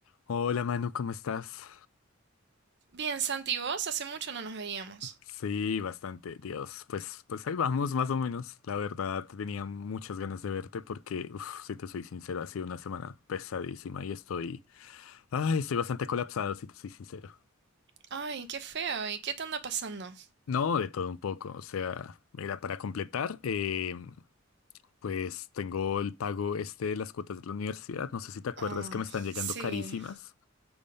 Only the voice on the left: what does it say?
Hola Manu, ¿cómo estás?
Sí, bastante, Dios. Pues, pues ahí vamos, más o menos. La verdad, tenía muchas ganas de verte porque, uf, si te soy sincero, ha sido una semana pesadísima y estoy, ay, estoy bastante colapsado, si te soy sincero.
No, de todo un poco. O sea, mira, para completar, eh, pues tengo el pago este de las cuotas de la universidad. No sé si te acuerdas
que me están
llegando carísimas.